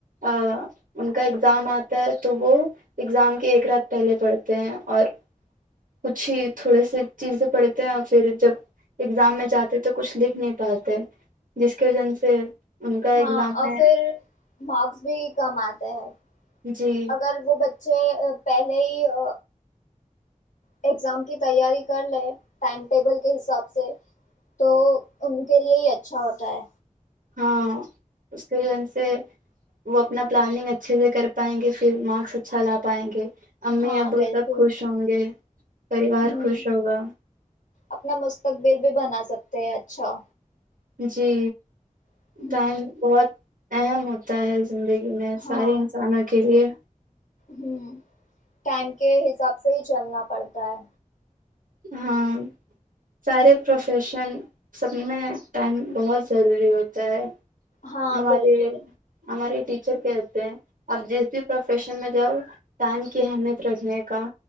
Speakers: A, on the right; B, on the left.
A: آ ان کا ایگزام آتا ہے تو وہ ایگزام کے ایک رات پہلے پڑھتے ہیں اور کچھ ہی تھوڑے س چیزیں پڑھتے ہیں اور پھر جب ایگزام میں جاتے تو کچھ لکھ نہیں پاتے جس کی وجن سے کا ایگزام
B: ہاں اور
A: میں
B: پھر مارکس بھی کم آتے ہیں
A: جی
B: اگر وہ بچے پہلے ہی آ ایگزام کی تیاری کر لے ٹائم ٹیبل کے حساب سے تو ان کے لیے ہی اچھا ہوتا ہے
A: ہاں اس کے وجہ سے وہ اپنا پلاننگ اچھے سے کر پائیں گے پھر مارکس اچھا لا پائیں گے امی
B: ہاں
A: ابو
B: بالکل
A: سب خوش ہوں گے پریوار
B: ہوں
A: خوش ہوگا
B: اپنا مستقبل بھی بنا سکتے ہیں اچھا
A: جی
B: ہوں
A: ٹائم بہت اہم ہو تا ہے زندگی میں
B: ہاں
A: سارے انسانوں کے لیے
B: ہوں ٹائم کے حساب سے ہی چلنا پڑتا ہے
A: ہاں سارے پروفیشن سب میں ٹائم بہت ضروری ہوتا ہے
B: ہاں
A: ہمارے
B: بالکل
A: ہمارے ٹیچر کہتے ہیں آپ جس بھی پروفیشن میں جاؤ ٹائم کی اہمیت رکھنے کا